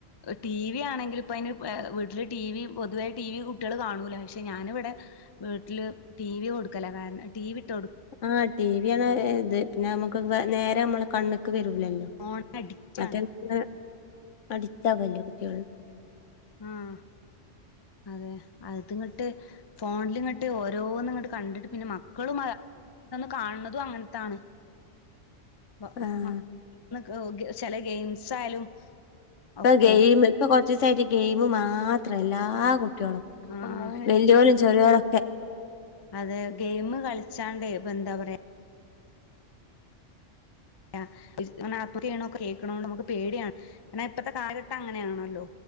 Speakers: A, on the left (about 35°); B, on the left (about 75°).
A: ടിവി ആണെങ്കിൽ ഇപ്പ അതിന് വീട്ടില് ടിവി പൊതുവേ ടിവി കുട്ടികൾ കാണൂല പക്ഷെ ഞാന ഇവിടെ വീട്ടില് ടിവി കൊടുക്കല കാരണം ടിവി ഇട്ട് കൊടുക്ക
B: ആ ടിവി ആണ് ഇത് പിന്നെ നമുക്ക് നേരെ നമ്മള് കണ്ണ് ക്ക് വരൂല്ലല്ലോ
A: ഫോണിന് അഡിക്റ്റ്
B: മറ്റേ
A: ആണ്
B: <inaudible> അടിക്റ്റാവല്ലെ കുട്ടിയേൾ
A: ആഹ് അതെ അത്ങ്ങട്ട് ഫോണിലിങ്ങട്ട് ഓരോന്ന്ങ്ങട്ട് കണ്ടിട്ട് പിന്നെ മക്കളും <inaudible> കാണ് ണതും അങ്ങൻ ത്താണ് ഇപ്പം
B: ആഹ്
A: മ <unintelligible> ചെല ഗെയിംസ് ആയാലും
B: ഇപ്പ
A: ഒക്കെ
B: ഗെയിമ് ഇപ്പ കൊർ ച്ചിസായിട്ട് ഗെയിമ് മാത്രാ എല്ലാ ട്ട്യാളും
A: ആഹ്
B: വല്യോലും ചെറ്യോലൊക്കെ
A: അതെ ഗെയിമ് കളിച്ചാണ്ടെ പ്പ ന്താ പറയാ യാ <unintelligible> ആത്മഹത്യ ചെയ്ണൊക്കെ കേക്ണോണ്ട് നമക്ക് പേടിയാണ് കാരണം ഇപ്പത്തെ കാലഘട്ടം അങ്ങനെയാണല്ലോ